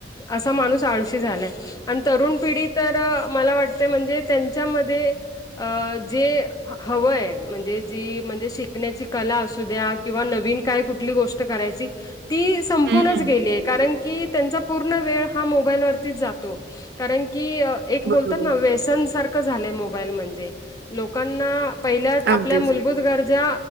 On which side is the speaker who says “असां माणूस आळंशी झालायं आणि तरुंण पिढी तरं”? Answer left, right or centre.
Left